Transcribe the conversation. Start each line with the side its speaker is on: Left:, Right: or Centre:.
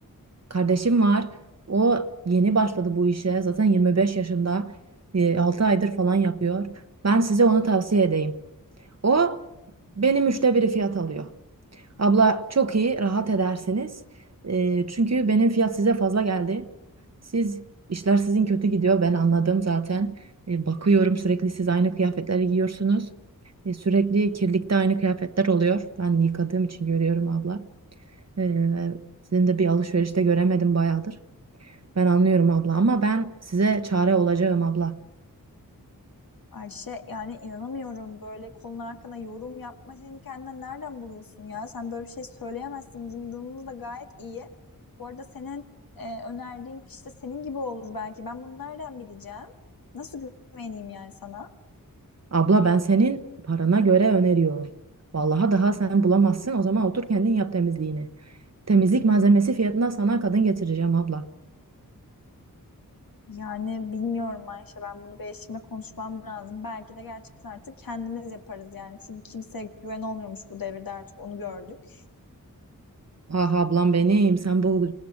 Right: Kardeşim var. O yeni başladı bu işe. Zaten 25 yaşında. e, altı aydır falan yapıyor. Ben size onu tavsiye edeyim. O benim üçte biri fiyat alıyor. Abla çok iyi, rahat edersiniz. E, çünkü benim fiyat size fazla geldi. Siz işler sizin kötü gidiyor. Ben anladım zaten. E, bakıyorum sürekli siz aynı kıyafetleri giyiyorsunuz. E, sürekli kirlikte aynı kıyafetler oluyor. Ben yıkadığım için görüyorum abla. E, sizin de bir alışverişte göremedim bayağıdır. Ben anlıyorum abla ama ben size çare olacağım abla.
Left: Ayşe yani inanamıyorum böyle kolun hakkında yorum yapma seni kendinden nereden buluyorsun ya? Sen böyle bir şey söyleyemezsin. Bizim durumumuz da gayet iyi. Bu arada senin e, önerdiğin kişi de senin gibi olur belki. Ben bunu nereden bileceğim? Nasıl güveneyim yani sana?
Right: Abla ben senin parana göre öneriyorum. Vallahi daha sen bulamazsın o zaman otur kendin yap temizliğini. Temizlik malzemesi fiyatına sana kadın getireceğim abla.
Left: Yani bilmiyorum Ayşe ben bunu bir eşimle konuşmam lazım. Belki de gerçekten artık kendimiz yaparız yani. Çünkü kimseye güven olmuyormuş bu devirde artık onu gördük.
Right: Ah ablam benim sen bu